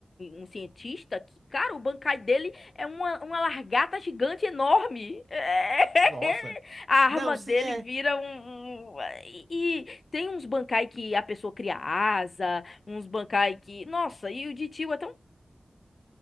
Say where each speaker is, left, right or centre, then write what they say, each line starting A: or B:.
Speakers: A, on the left; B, on the right.
A: um, um cientista que, cara, o bancai dele é uma, uma largata gigante enorme. <laughs>
B: nossa.
A: A arma
B: Não, sim,
A: dele
B: é.
A: vira
B: O
A: um. um- E, e tem uns bancai que a pessoa cria asa, uns bancai que. Nossa, e o de tio é tão.